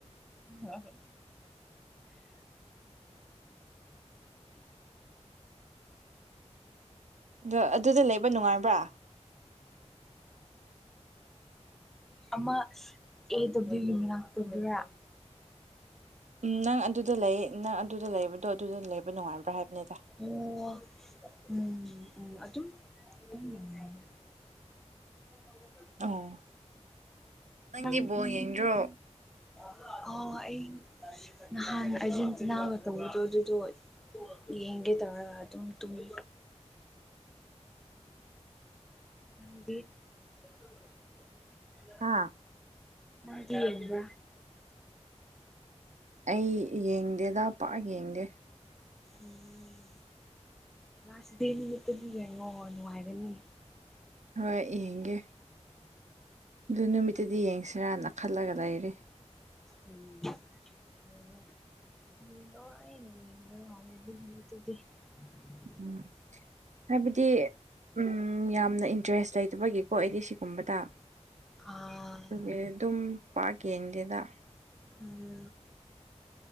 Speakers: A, in the centre; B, on the right.
A: ꯑ
B: ꯑ ꯑꯗꯨꯗ ꯂꯩꯕ ꯅꯨꯡꯉꯥꯏꯕ꯭ꯔꯥ
A: ꯑꯃ ꯑꯦ ꯗꯕ꯭ꯂꯤꯎ ꯌꯨꯝ ꯂꯥꯛꯇꯗꯔꯥ
B: ꯎꯝ ꯅꯪ ꯑꯗꯨꯗ ꯂꯩ ꯅꯪ ꯑꯗꯨꯗ ꯂꯩꯕꯗꯣ ꯑꯗꯨꯗ ꯂꯩꯕ ꯅꯨꯡꯉꯥꯏꯕ꯭ꯔꯥ ꯍꯥꯏꯕꯅꯤꯗ
A: ꯑꯣ ꯎꯝ ꯎꯝ ꯑꯗꯨꯝ ꯑꯗꯨ ꯅꯨꯡꯉꯥꯏ <inaudible>
B: ꯑꯣ ꯅꯪꯒꯤꯕꯣ
A: ꯅꯪ ꯅꯪ
B: ꯌꯦꯡꯗ꯭ꯔꯣ
A: <inaudible> ꯑꯣ ꯑꯩ ꯅꯍꯥꯟ ꯑꯔꯖꯦꯟꯇꯤꯅꯥꯒ ꯇꯧꯕꯗꯣ ꯑꯗꯨꯗꯣ ꯌꯦꯒꯦ ꯇꯥꯔꯒ ꯑꯗꯨ ꯇꯨꯃꯤ <inaudible>
B: ꯍꯥꯥ
A: ꯃꯥꯒꯤꯕ
B: ꯑꯩ ꯌꯦꯡꯗꯦꯗ ꯄꯥꯛ ꯌꯦꯡꯗꯦ
A: ꯎꯝ ꯂꯥꯁ ꯗꯦ ꯅꯨꯃꯤꯠꯇꯗꯤ ꯌꯦꯡꯉꯣ ꯅꯨꯡꯉꯥꯏꯒꯅꯤ
B: ꯍꯣꯏ ꯌꯦꯡꯒꯦ ꯑꯗꯨ ꯅꯨꯃꯤꯠꯇꯨꯗꯤ ꯌꯦꯡꯁꯤꯔꯅ ꯈꯜꯂꯒ ꯂꯩꯔꯦ
A: ꯎꯉꯗ ꯌꯦ ꯑꯗꯨꯗꯤ
B: ꯎꯝ ꯍꯥꯏꯕꯗꯤ ꯎ ꯌꯥꯝꯅ ꯏꯟꯇꯔꯦꯁ ꯂꯩꯇꯕꯒꯤꯀꯣ ꯑꯩꯗꯤ ꯁꯤꯒꯨꯝꯕꯗ
A: ꯑꯥ
B: ꯑꯗꯨ ꯑꯗꯨꯝ ꯄꯥꯛꯀ ꯌꯦꯡꯗꯦꯗ
A: ꯎꯝ